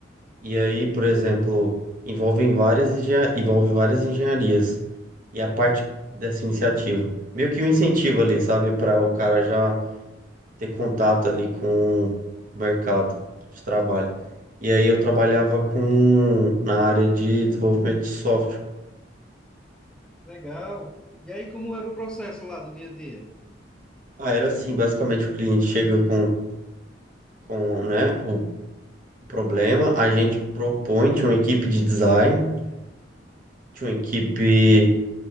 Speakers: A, on the right (about 45°); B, in the centre.
A: E aí, por exemplo, envolvem várias, engen- envolve várias engenharias. E a parte dessa iniciativa. Meio que um incentivo ali, sabe? Para o cara já ter contato ali com o mercado de trabalho. E aí eu trabalhava com na área de desenvolvimento de software.
B: Legal. E aí, como era o processo lá do dia a dia?
A: Ah, era assim, basicamente o cliente chega com, com, né, o problema, a gente propõe, tinha uma equipe de design, tinha uma equipe